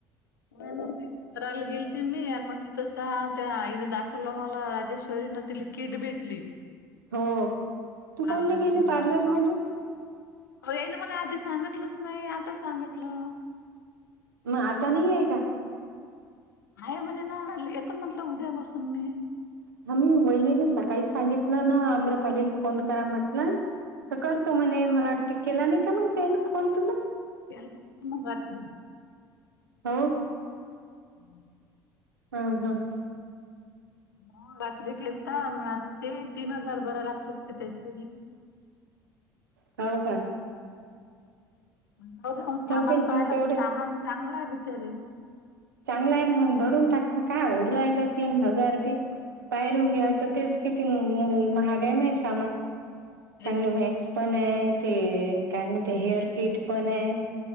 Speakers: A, on the left (about 80°); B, on the right (about 80°).
A: होय मग ते करायला गेलते मी आणि मग ति तस त्या आईनं दाखवलं मला राजेश्वरीनं तिला किट भेटली.
B: हो तू
A: पार्लरची
B: काऊन नाही गेली पार्लर
A: त
B: मध्ये
A: अ यायने मला आधी सांगितलंच नाही आता सांगितलं.
B: म आता नाही आहे का?
A: आहे म्हणे नाय म्हणलं येत म्हटलं उद्यापासून मी.
B: हां मी वहिणीने सकाळी सांगितलं ना अम्रपालीला फोन करा म्हटलं. तर करतो म्हणे मला वाटतं केला नाही का माहिती आहे ना फोन तुला.
A: केलता मगात्री
B: हो.
A: हम्म.
B: हां मंग
A: म रात्री केलता म आता ते ही तीन हजार भरा लागतील ते त्याच्याने
B: ताव का
A: म जाऊ देऊ सामान
B: दे ना
A: पाहिला
B: तेवढे
A: तर सामान चांगला आहे बिचारी.
B: चांगला आहे ना मग भरून टाकना काय होऊ राहिला तीन हजार ते. बाहेरून घ्या तर तेच किती म महागाय मे सामान.
A: तेच
B: त्यांना
A: ना
B: वॅक्स
A: मग
B: पण आहे ते काय म्हणते हेअर किट पण आहे.